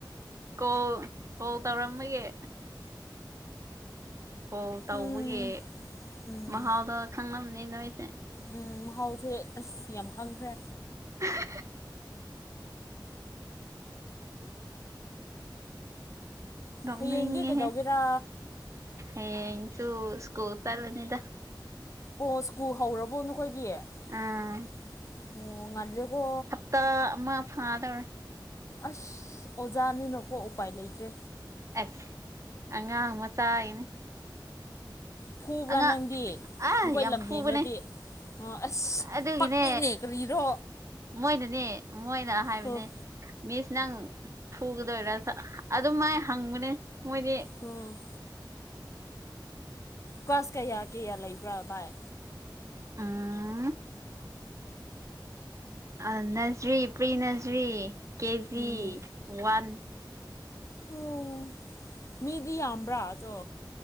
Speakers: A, on the right (about 40°); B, on the left (about 40°).
A: ꯀꯣꯜ ꯀꯣꯜ ꯇꯧꯔꯝꯃꯒꯤ ꯀꯣꯜ ꯇꯧꯕꯒꯤ
B: ꯎꯝ ꯎꯝ
A: ꯃꯍꯥꯎꯗꯣ ꯈꯪꯅꯝꯅꯤ ꯅꯣꯏꯁꯦ
B: ꯎꯝ ꯃꯍꯥꯎꯁꯦ ꯑꯁ ꯌꯥꯝ ꯈꯪꯈ꯭ꯔꯦ
A: <unintelligible> ꯅꯣꯛꯅꯤꯡꯉꯦꯍꯦ
B: ꯍꯌꯦꯡꯗꯤ ꯀꯩꯗꯧꯒꯦꯔꯥ
A: ꯍꯌꯦꯡꯁꯨ ꯁ꯭ꯀꯨꯜ ꯆꯠꯂꯝꯅꯤꯗ
B: ꯑꯣ ꯁ꯭ꯀꯨꯜ ꯍꯧꯔꯕꯣ ꯅꯈꯣꯏꯒꯤ ꯑꯣ
A: ꯑꯥ
B: ꯉꯜꯂꯦꯀꯣ
A: ꯇꯥ ꯑꯃ ꯐꯥꯗꯧꯔꯦ
B: ꯑꯁ ꯑꯣꯖꯥꯅꯤꯅꯀꯣ ꯎꯄꯥꯏ ꯂꯩꯇ꯭ꯔꯦ
A: ꯑꯁ ꯑꯉꯥꯡ ꯃꯆꯥꯏꯅꯦ
B: ꯐꯨꯕ꯭ꯔꯥ
A: ꯑꯉꯥꯥꯡ
B: ꯅꯪꯗꯤ
A: ꯑꯥ
B: ꯅꯈꯣꯏ
A: ꯌꯥꯝ
B: ꯂꯝꯍꯦꯟꯔꯗꯤ
A: ꯐꯨꯕꯅꯦ
B: ꯑꯣ ꯑꯁ
A: ꯑꯗꯨꯒꯤꯅꯦ
B: ꯄꯛꯂꯤꯅꯦ ꯀꯔꯤꯔꯣ
A: ꯃꯣꯏꯅꯅꯦ ꯃꯣꯏꯅ ꯍꯥꯏꯕꯅꯦ
B: ꯑꯣ
A: ꯃꯤꯁ ꯅꯪ ꯐꯨꯒꯗꯣꯏꯔꯥ ꯑꯗꯨ ꯃꯥꯏ ꯍꯪꯕꯅꯦ ꯃꯣꯏꯗꯤ
B: ꯍꯝ ꯀꯁ꯭ꯂ ꯀꯌꯥ ꯀꯌꯥ ꯂꯩꯕ꯭ꯔꯥ ꯕꯥꯏ
A: ꯎꯝ ꯑꯥ nursery pre nursery KG
B: um
A: one
B: ꯑꯣ ꯃꯤꯗꯤ ꯌꯝꯕ꯭ꯔ ꯑꯥꯗꯣ